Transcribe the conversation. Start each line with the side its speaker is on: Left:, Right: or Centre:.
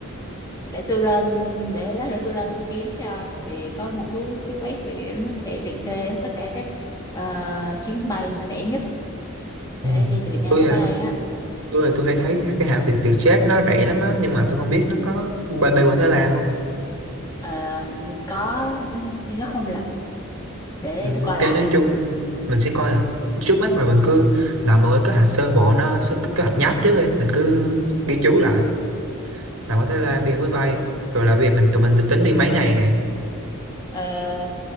Left: để tôi lên để lát nữa tôi lên tôi kiếm cho thì có một cái cái web về kiểu nó sẽ liệt kê hết tất cả các ờ, chuyến bay mà rẻ nhất để
Right: Ừ.
Left: đi từ Việt Nam
Right: Tôi
Left: qua
Right: là
Left: Thái Lan á
Right: tôi là tôi hay thấy cái, cái hãng Việt Vietjet nó rẻ lắm á nhưng mà tôi không biết nó có bay, bay qua Thái Lan không
Left: Ờ, hình như có nếu như tôi nhớ không lầm để
Right: ừ,
Left: tôi coi
Right: ok
Left: lại
Right: nói chung mình sẽ coi là trước mắt rồi mình cứ làm một cái kế hoạch sơ bộ nó sơ cái kế hoạch nháp trước đi mình cứ ghi chú lại làm ở Thái Lan đi máy bay rồi là việc mình tụi mình tính đi mấy ngày này
Left: Ờ,